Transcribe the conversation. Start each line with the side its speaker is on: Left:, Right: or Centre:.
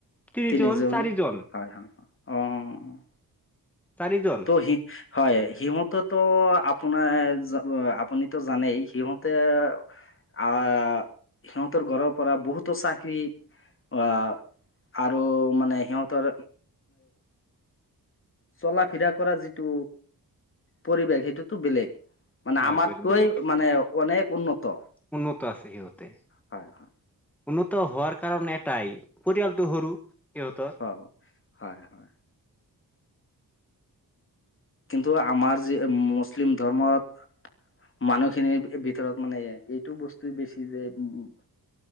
Centre: তিনি
Left: তিনিজন
Centre: জন চাৰিজন-
Left: হয়, হয়, হয়, অ',
Centre: চাৰিজন
Left: ত' সি হয় সিহঁতে তো আপোনাৰ আপুনি জানেই সিহঁতে- আহ সিহঁতৰ ঘৰৰ পৰা বহুতো চাকৰি আহ- আৰু মানে সিহঁতৰ চলা ফিৰা- কৰা যিটো পৰিৱেশ সেইটোতো বেলেগ। মানে
Centre: হয়
Left: আমাতকৈ
Centre: বেলেগ বেলেগ
Left: মানে অনেক উন্নত।
Centre: উন্নত আছে সিহঁতে-
Left: হয়, হয়,
Centre: উন্নত হোৱাৰ কাৰণে এটাই পৰিয়ালটো সৰু- সিহঁতৰ
Left: হয় হয় হয়। কিন্তু আমাৰ যি মুছলিম ধৰ্মত- মানুহখিনিৰ ভিতৰত মানে এইটো বস্তু বেছি যে উম!